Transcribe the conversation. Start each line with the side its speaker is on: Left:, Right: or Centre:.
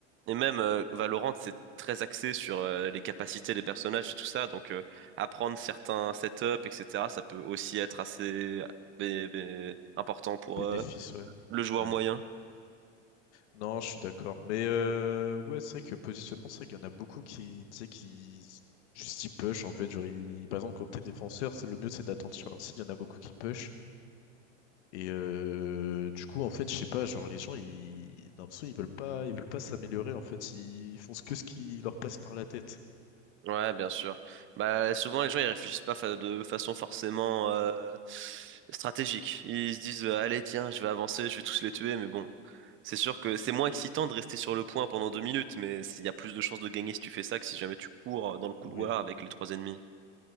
Right: Et même euh, Valorant, c'est très axé sur euh, les capacités des personnages et tout ça. Donc euh, apprendre certains setups, etc., ça peut aussi être assez bé- bé- important pour
Left: Bénéfice,
Right: euh,
Left: ouais.
Right: le joueur
Left: Ouais.
Right: moyen.
Left: Non, je suis d'accord. Mais euh, ouais, c'est vrai que positionnement, c'est vrai qu'il y en a beaucoup qui, tu sais, qui s- juste ils push en fait. Genre, ils- par exemple, quand t'es défenseur, c'est le mieux, c'est d'attendre sur un site. Il y en a beaucoup qui push. Et euh, du coup, en fait, je sais pas, genre les gens, ils, d'un coup, ils veulent pas, ils veulent pas s'améliorer. En fait, ils, ils font que ce qui leur passe par la tête.
Right: Ouais, bien sûr. Bah souvent les gens ils réfléchissent pas fa- de façon forcément euh, stratégique. Ils se disent euh, allez tiens, je vais avancer, je vais tous les tuer, mais bon. C'est sûr que c'est moins excitant
Left: Mm.
Right: de rester sur le point pendant deux minutes, mais il y a plus de chances de gagner si tu fais ça que si jamais tu cours euh, dans le couloir
Left: Oui.
Right: avec les trois ennemis.